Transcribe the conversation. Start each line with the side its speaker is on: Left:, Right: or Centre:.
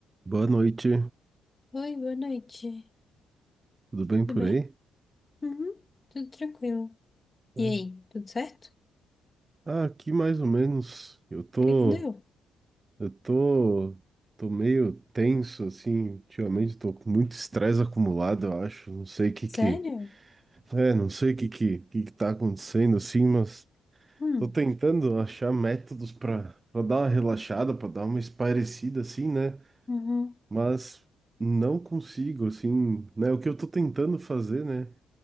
Right: Boa noite,
Left: Oi, boa noite.
Right: tudo bem
Left: Tudo
Right: por
Left: bem?
Right: aí?
Left: Uhum, tudo tranquilo.
Right: É.
Left: E aí, tudo certo? O
Right: Ah, aqui mais ou menos. Eu tô,
Left: que que deu?
Right: eu tô, tô meio tenso assim, ultimamente tô com muito estresse acumulado, eu acho. Não sei o que
Left: Sério?
Right: que, é, não sei o que que, que que tá acontecendo assim, mas
Left: Hum,
Right: tô tentando achar métodos pra para dar uma relaxada, pra dar uma espairecida assim, né?
Left: uhum.
Right: Mas não consigo assim, né? O que eu tô tentando fazer, né?